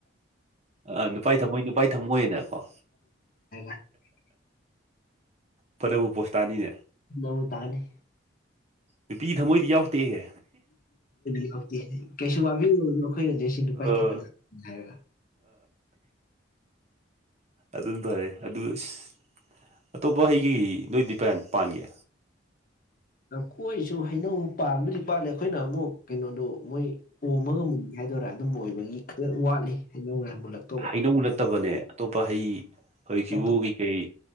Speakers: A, on the right; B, on the left.
A: ꯑ ꯅꯨꯄꯥꯒꯤ ꯊꯃꯣꯏ ꯅꯨꯄꯥꯒꯤ ꯊꯝꯃꯣꯏꯅꯀꯣ
B: <inaudible>
A: ꯐꯅꯕꯨ ꯄꯣꯁꯇꯥꯅꯤꯅꯦ
B: ꯅꯧ ꯇꯅꯤ
A: ꯅꯨꯄꯤ ꯊꯃꯣꯏꯗꯤ ꯌꯥꯎꯇꯦꯌꯦ
B: ꯌꯥꯎꯦ ꯀꯩꯁꯨ ꯋꯥꯕꯤꯅꯣ ꯑꯩꯈꯣꯏ ꯍꯧꯖꯤ ꯁꯤ ꯅꯨꯄꯥ
A: ꯑ
B: ꯊꯝꯃꯣꯏ ꯌꯥ ꯍꯥꯏꯔꯒ
A: ꯑꯗꯨꯅ ꯐꯔꯦ ꯑꯗꯨ ꯏꫯꯁ ꯑꯇꯣꯞꯄ ꯍꯩꯒꯤ ꯅꯣꯏꯗꯤ ꯄꯟ ꯄꯥꯟꯒꯦ
B: ꯅꯈꯣꯏꯁꯨ ꯍꯩꯅꯧ ꯄꯥꯟꯕꯗꯤ ꯄꯥꯂ ꯑꯩꯈꯣꯏꯅ ꯑꯃꯨꯛ ꯀꯩꯅꯣꯗꯣ ꯃꯣꯏ ꯑꯣꯃꯒ ꯃꯨꯟꯒ‌ꯦ ꯍꯥꯏꯗꯣꯏꯔꯥ ꯑꯗꯨꯝꯕ ꯑꯣꯏꯕꯒꯤ ꯈꯤꯇ ꯋꯥꯠꯂꯤ ꯍꯩꯅꯧꯅ ꯃꯨꯜꯂꯛꯇꯧꯕ
A: ꯍꯩꯅꯧ ꯅꯠꯇꯕꯅꯦ ꯑꯇꯣꯞꯄ ꯍꯩ ꯍꯧꯖꯤꯛꯁꯤꯕꯨ
B: ꯕꯨ
A: ꯀꯩꯀꯩ